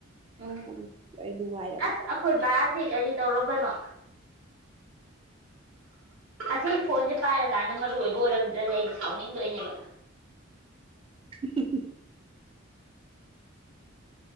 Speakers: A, on the right (about 75°); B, on the right (about 25°).
A: ꯎꯝ
B: ꯅꯪ ꯑꯩ ꯅꯨꯡꯉꯥꯏ
A: ꯑꯩꯈꯣꯏ ꯕꯥ ꯁꯤ ꯀꯔꯤ ꯇꯧꯔꯕꯅꯣ ꯑꯁꯤ ꯐꯣꯟꯁꯦ ꯄꯥꯏꯔ ꯀꯥꯟꯗ ꯃꯔꯨ ꯑꯣꯏꯕ ꯕꯣꯔꯝꯗ꯭ꯔꯗꯤ ꯑꯩꯁꯦ ꯁꯥꯎꯅꯤꯡꯗꯣꯏꯅꯦꯕ
B: ꯍꯤ ꯍꯤ ꯍꯤ